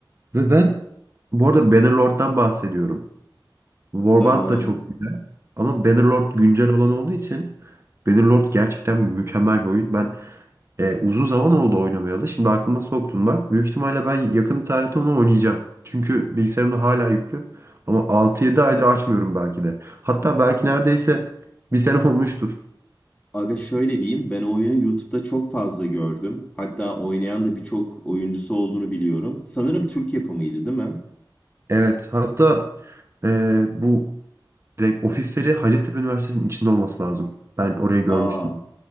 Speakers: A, on the right; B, on the left.
A: Ve ben bu arada Bannerlord'dan bahsediyorum. Warband
B: Ee,
A: da çok güzel. Ama Bannerlord güncel olan olduğu için Bannerlord gerçekten mükemmel bir oyun. Ben e, uzun zaman oldu oynamayalı. Şimdi aklıma soktun bak. Büyük ihtimalle ben yakın bir tarihte onu oynayacağım. Çünkü bilgisayarımda hala yüklü. Ama altı yedi aydır açmıyorum belki de. Hatta belki neredeyse bir sene <laughs> olmuştur.
B: Aga şöyle diyeyim, ben oyunu YouTube'da çok fazla gördüm. Hatta oynayan da birçok oyuncusu olduğunu biliyorum. Sanırım Türk yapımıydı, değil mi?
A: Evet. Hatta e, bu direkt ofisleri Hacettepe Üniversitesi'nin içinde olması lazım. Ben orayı görmüştüm.
B: Aa,